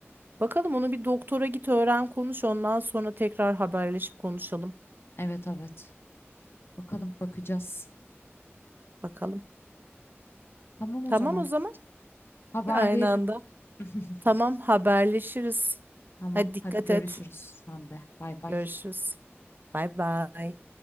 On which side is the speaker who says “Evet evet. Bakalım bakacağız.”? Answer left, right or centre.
Left